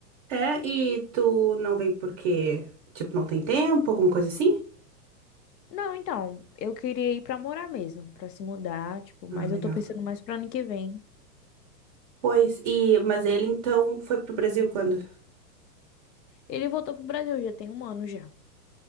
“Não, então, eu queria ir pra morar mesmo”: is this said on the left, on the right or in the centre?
Left